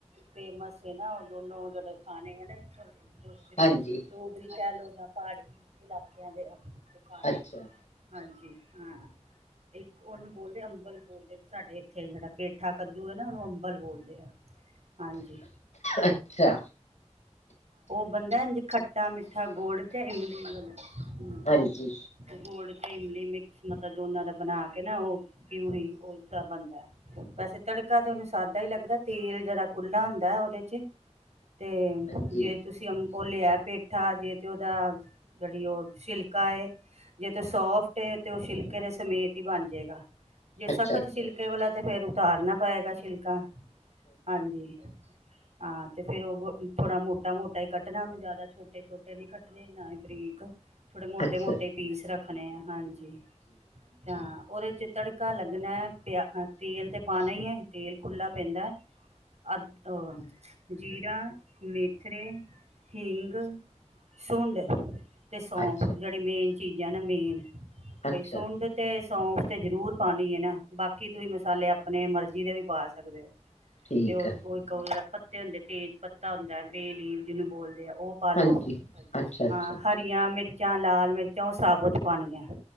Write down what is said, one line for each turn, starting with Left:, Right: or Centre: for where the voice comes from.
Right: ਫੇਮਸ ਨਾ ਉਹ ਦੋਨੋ ਜਿਹੜੇ ਖਾਣੇ ਆ ਨਾ ਇਥੋਂ ਡਰੀ
Left: ਹਾਂਜੀ
Right: ਡੋਗਰੀ ਕਹਿ ਲੋਓ ਪਹਾੜੀ ਇਲਾਕਿਆਂ ਦੇ ਖਣੇ
Left: ਅੱਛਾ
Right: ਹਾਂਜੀ ਹਾਂ ਇੱਕ ਉਹਨੂੰ ਬੋਲਦੇ ਅੰਬਲ ਬੋਲਦੇ ਸਾਡੇ ਇੱਥੇ ਜਿਹੜਾ ਪੇਠਾ ਕੱਦੂ ਹੈ ਨਾ ਅੰਬਲ ਬੋਲਦੇ ਆ ਹਾਂਜੀ
Left: ਅੱਛਾ
Right: ਬਨਦਾ ਇੰਝ ਖੱਟ ਟਾ ਮਿੱਠਾ, ਗੁੜ ਤੇ ਇਮਲੀ, ਹਮ
Left: ਹਾਂਜੀ
Right: ਗੁੜ ਇਮਲੀ ਮਿਕਸ, ਮਤਲਬ ਦੋਨਾਂ ਦਾ ਬਣਾ ਕੇ ਨਾ ਓ ਪਿਊਰੀ, ਉਸਦਾ ਬਣਦਾ ਐ। ਵੈਸੇ ਤੜਕਾ ਤੇ ਉਹਨੂੰ ਸਾਦਾ ਹੀ ਲੱਗਦਾ, ਤੇਲ ਜਰਾ ਖੁੱਲ੍ਹਾ ਹੁੰਦਾ ਉਹਦੇ 'ਚ। ਤੇ
Left: ਹਾਂਜੀ
Right: ਜੇ ਤੁਸੀਂ ਅਮ ਓ ਲੇਆ ਪ ਪੇਠਾ ਜੇ ਤੇ ਉਹਦਾ ਜਿਹੜੀ ਉਹ ਛਿਲਕਾ ਏ, ਜੇ ਤੇ ਸੋਫਟ ਏ ਤੇ ਉਹ ਛਿਲਕੇ ਦੇ ਸਮੇਤ ਈ ਬਣ ਜੇਗਾ। ਜੇ
Left: ਅੱਛਾ
Right: ਸਖਤ
Left: ਅੱਛਾ
Right: ਛਿਲਕੇ ਵਾਲਾ ਤੇ ਫੇਰ ਉਤਾਰਨਾ ਪਏਗਾ ਸ਼ਿਲਕ ਕਾ। ਹਾਂਜੀ। ਹਾਂ ਤੇ ਫੇਰ ਉਹ ਬ ਥੋੜਾ ਮੋਟਾ ਮੋਟਾ ਈ ਕੱਟਣਾ ਉਹਨੂੰ, ਜ਼ਿਆਦਾ ਛੋਟੇ ਛੋਟੇ ਨੀ ਕੱਟਣੇ, ਨਾ ਹੀ ਬਰੀਕ। ਥੋੜੇ ਮੋਟੇ
Left: ਅੱਛਾ
Right: ਮੋਟੇ ਈ ਪੀਸ ਰੱਖ ਰੱਖਣੇ ਹਾਂ। ਹਾਂਜੀ। ਤਾਂ ਉਹਦੇ 'ਚ ਤੜਕਾ ਲੱਗਣਾ ਐ, ਪਿਆ ਤੇਲ ਤੇ ਪਾਣਾ ਈ ਐ। ਤੇਲ ਖੁੱਲ੍ਹਾ ਪੈਂਦਾ। ਅਦ ਅ ਜੀ਼ਰਾ, ਮੇਥਰੇ, ਹਿੰਗ, ਸੁੰਡ ਅਤੇ ਸੌਂਫ
Left: ਅੱਛਾ
Right: ਜੇੜੇ ਮੇਨ ਚੀਜ਼ਾਂ ਨੇ ਮੇਨ।
Left: ਅੱਛਾ
Right: ਬਈ ਸੁੰਡ ਤੇ ਸ ਸੌਂਫ ਤੇ ਜ਼ਰੂਰ ਪਾਣੀ ਐ ਨਾ, ਬਾਕੀ ਤੁਹੀਂ ਮਸਾਲੇ ਆਪਣੇ ਮਰਜ਼ੀ ਦੇ ਵੀ ਪਾ ਸਕਦੇ ਓ।
Left: ਠੀਕ
Right: ਤੇ ਉਹ
Left: ਹੈ
Right: ਉਹ ਇੱਕ ਉਹ ਜੇੜਾ ਪਤ ਤੇ ਹੁੰਦੇ, ਤੇਜ ਪੱਤਾ ਹੁੰਦਾ ਐ, ਬੇਅ ਲੀਫ ਜਿਨੂੰ ਬੋਲ ਦੇ ਆ, ਉਹ ਪਾਲੋ।
Left: ਹਾਂਜੀ ਅੱਛਾ ਅੱਛਾ
Right: ਹਾਂ, ਹਰੀਆਂ ਮਿਰਚ ਜਾਂ ਲਾਲ ਮਿਰਚਾਂ ਉਹ ਸਾਬਤ ਪਾਣੀਆਂ ਐ।